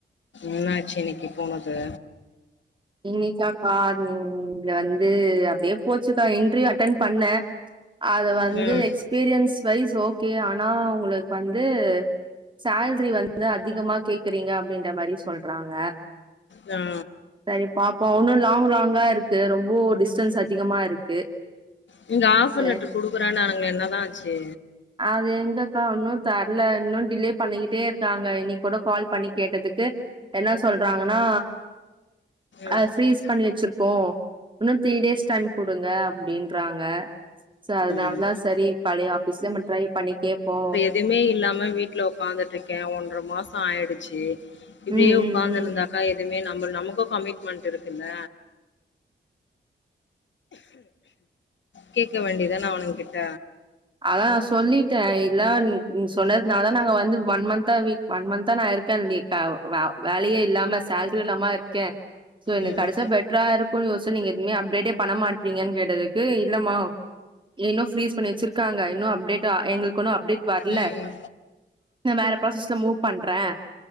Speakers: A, on the left; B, on the right.
A: என்னாச்சி இன்னைக்கி போனது
B: இன்னைக்காக்கா அது இங்க வந்து அப்டியே போச்சுக்கா இன்ட்ரியூ அட்டன் பண்ண அது வந்து
A: ம்
B: எக்ஸ் பீரியன்ஸ் வைஸ் ஓகே ஆனா ஒங்களுக்கு வந்து சேல்ரி வந்து அதிகமா கேக்குறீங்க அப்டின்ற மாரி சொல்றாங்க
A: யா
B: சரி பாப்போ ஒன்னு லாங் லாங்கா இருக்கு ரொம்போ டிஸ்டன்ஸ் அதிகமா இருக்கு
A: நீங்க ஆஃபர்
B: சே
A: லெட்டரு குடுக்குறேன்னாங்களே என்னதா ஆச்சு
B: அது எங்கக்கா ஒன்னு தரல இன்னு டிலே பண்ணிக்கிட்டே இருக்காங்க இன்னைக் கூட கால் பண்ணி கேட்டதுக்கு என்ன சொல்றாங்கன்னா
A: ம்
B: அத ஃப்ரீஸ் பண்ணி வச்சிருக்கோ இன்னு த்ரீ டேஸ் டைம் குடுங்க அப்டின்றாங்க சோ அதனாலதா
A: ம்
B: சரி பழைய ஆபிஸ்லே ட்ரை பண்ணி கேப்போ
A: எதுமே இல்லாம வீட்ல ஒக்காந்துட்டு இருக்கே ஒன்ற மாசோ ஆயிடுச்சு இப்டியே
B: ம்
A: ஒக்காந்து
B: ம் ம்
A: இருந்தா அக்கா எதுமே நம்ம நமக்கூ கமிட்மெண்ட் இருக்குல்ல கேக்க வேண்டியதான அவனுங் கிட்ட
B: அதா நா சொல்லிட்டே இல்லா சொன்னது நால நாங்க வந்து ஒன் மந்தா வீக் ஒன் மந்தா நா இருக் க்கே வ வ வேலயே இல்லாம சேல்ரியு இல்லாம இருக்கே சோ எனக்
A: ம்
B: கெடச்சா பெட்ரா இருக் ஸ்கூல் நியூஸ நீங்க எதுவுமே அப்டேட்டே பண்ண மாட்ரிங்கன்னு கேட்டதுக்கு இல்லமா இன்னு ப்ரீஸ் பண்ணி வச்சிருக்காங்க ங்க இன்னு அப்டேட்டா எங்களுக்கு ஒன்னு அப்டேட் வர்ல
A: ம்
B: இன்னு வேற ப்ராசஸ்ல மூவ் பண்றே